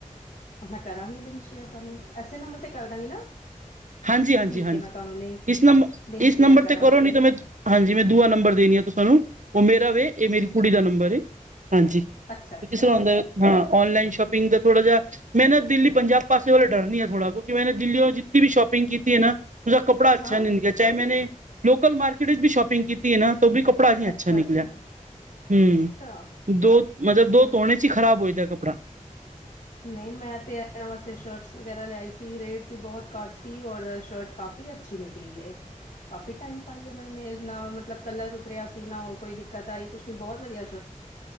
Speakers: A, on the left (about 80°); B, on the right (about 65°).
A: ਹਾਂ, ਕਰਾਂਗੀ ਲਿੰਕ ਸ਼ੇਅਰ ਤਾਨੂੰ, ਐੇਸੇ ਨੰਬਰ ਤੇ ਕਾਰ ਦਾਂਗੀ ਨਾ।
B: ਹਾਂਜੀ-ਹਾਂਜੀ,
A: ਠੀਕ
B: ਹਾਂਜੀ
A: ਏ ਮੈਂ ਤੁਹਾਨੂੰ ਲਿੰਕ
B: ਇਸ ਨੰਬ,
A: ਲਿੰਕ
B: ਇਸ
A: ਸ਼ੇਅਰ
B: ਨੰਬਰ
A: ਕਰਾਂਗੀ
B: ਤੇ ਕਰੋ ਨਈ ਤੇ ਮੈਂ, ਹਾਂਜੀ, ਮੈਂ ਦੂਆ ਨੰਬਰ ਦੇਨੀ ਆ ਤੁਸੀ ਤਾਨੂੰ, ਓ ਮੇਰਾ ਵੇ, ਏ ਮੇਰੀ ਕੁੜੀ ਦਾ ਨੰਬਰ ਏ। ਹਾਂਜੀ, ਤੇ
A: ਅੱਛਾ-ਅੱਛਾ
B: ਕਿਸਰਾ ਹੁੰਦਾ ਏ, ਹਾਂ ਓਨਲਾਈਨ ਸ਼ੋਪਿੰਗ ਦਾ ਥੋੜਾ ਜਾ ਮੈਂ ਨਾ ਦਿੱਲੀ-ਪੰਜਾਬ ਪਾਸੇ ਵਾਲੋ ਡਰਨੀ ਆ ਥੋੜਾ ਕੋਕਿ ਮੈਨੇ ਦਿੱਲੀਓ ਜਿਤਨੀ ਵੀ ਸ਼ੋਪਿੰਗ ਕੀਤੀ ਏ ਨਾ ਓਦਾ ਕਪੜਾ ਅੱਛਾ
A: ਹਾਂ
B: ਨਈ ਨਿਕਲੇਆ, ਚਾਏ ਮੈਨੇ ਲੋਕਲ ਮਾਰਕੀਟ ਵਿੱਚ ਵੀ ਸ਼ੋਪਿੰਗ ਕੀਤੀ ਏ ਨਾ ਤੋ ਬੀ ਕਪ ਕੱਪੜਾ ਨੀ
A: ਅੱਛਾ-ਅੱਛਾ,
B: ਅੱਛਾ ਨਿਕਲੇਆ, ਹੂੰ।
A: ਅੱਛਾ ਅੱਛਾ
B: ਦੋ, ਮਤਲ ਦੋ
A: ਨਹੀਂ
B: ਤੋਣੇ ਚ ਈ ਖਰਾਬ ਹੋ ਜਾਦੈ ਕਪੜਾ।
A: ਨਈ, ਮੈਂ ਤੇ ਐਨਾਂ ਵਾਸਤੇ ਸ਼ਰਟਸ ਵਗੈਰਾ ਲਿਆਈ ਸੀ ਰੇਟ ਵੀ ਬੋਤ ਘਾੱਟ ਸੀ ਓਰ ਸ਼ਰਟ ਕਾਫੀ ਏ ਅੱਛੀ ਨਿਕਲੀ ਏ। ਕਾਫੀ ਟਾਈਮ ਪਾਈ ਐਨਾਂ ਨੇ, ਨਾ ਮਤਲਬ ਕਲਰ ਉਤਰੇਆ ਸੀ, ਨਾ ਹੋਰ ਕੋਈ ਦਿੱਕਤ ਆਈ, ਕੁਛ ਨੀ ਬੋਤ ਵਦੀਆ